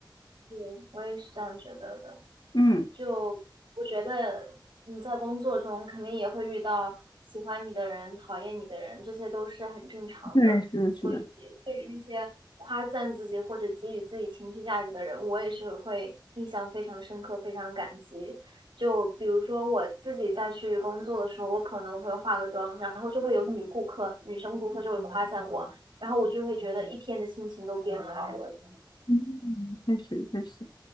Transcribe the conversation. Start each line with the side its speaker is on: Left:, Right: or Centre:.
Right: 对，我也是这样觉得的。
Left: 嗯，
Right: 就我觉得你在工作中肯定也会遇到喜欢你的人、讨厌你的人，这些都是很正常的。
Left: 对，是的，
Right: 所以对于那些夸赞自己或者给予自己情绪价值的人，
Left: 是的，
Right: 我也是会印象非常深刻、非常感激。就比如说我自己在去工作的时候，我可能会化个妆，然后就会有女顾客、女生顾客就会夸赞我，然后我就会觉得一天的心情都变好了。
Left: 嗯，确实确实，